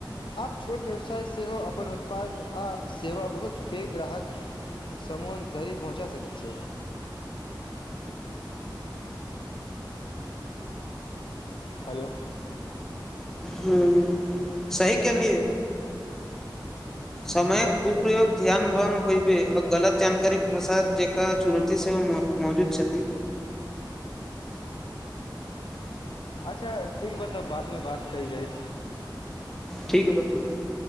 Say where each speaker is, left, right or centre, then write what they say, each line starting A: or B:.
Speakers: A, on the left (about 80°); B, in the centre.
A: आब छोट व्यवसाय सेहो अपन उत्पाद आ सेवा बहुत पैघ ग्राहक समान धरी पहुँचा सकैत छै हेलो
B: हूँ सही केली समयक दुप्रयोग ध्यान भंग होइबे आ गलत जानकारी प्रसार जेका चुनोती सेहो महजुद छथि
A: अच्छा ठीक बत तब बाद मे बात कइल जाइ
B: ठीक बा ठीक बा